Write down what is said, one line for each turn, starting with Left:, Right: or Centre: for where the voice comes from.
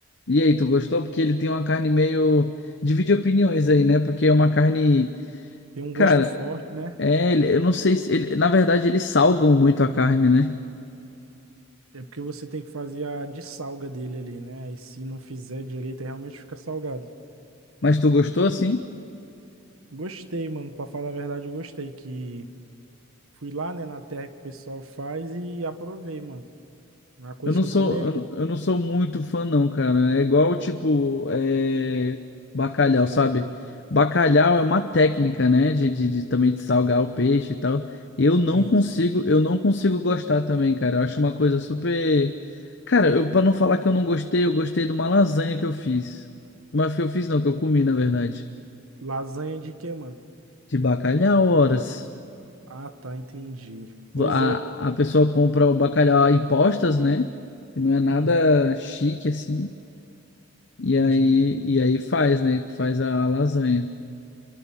Left: E aí, tu gostou? Porque ele tem uma carne meio divide opiniões aí, né? Porque é uma carne,
Right: Tem um
Left: cara,
Right: gosto forte, né?
Left: é, ele- eu não sei se ele, na verdade eles salgam muito a carne, né?
Right: É porque você tem que fazer a dessalga dele ali, né? E se não fizer direito, aí realmente fica salgado.
Left: Mas tu gostou assim?
Right: Gostei, mano. Pra falar a verdade, eu gostei que fui lá, né, na terra que o pessoal faz e aprovei, mano. Uma coisa
Left: Eu não
Right: que
Left: sou,
Right: eu comeria.
Left: eu não eu não sou muito fã, não, cara. É igual, tipo, é, bacalhau, sabe? Bacalhau é uma técnica, né? De, de, de também de salgar o peixe e tal. Eu não
Right: Isso.
Left: consigo, eu não consigo gostar também, cara. Eu acho uma coisa super. Cara, eu, pra não falar que eu não gostei, eu gostei de uma lasanha que eu fiz. Mas que eu fiz não, que eu comi, na verdade.
Right: Lasanha de quê, mano?
Left: De bacalhau, horas.
Right: Ah, tá, entendi. Pois
Left: A,
Right: é.
Left: a pessoa compra o bacalhau em postas, né? E Não é nada
Right: Uhum,
Left: chique assim. E
Right: entendi.
Left: aí, e aí faz, né? Faz a lasanha.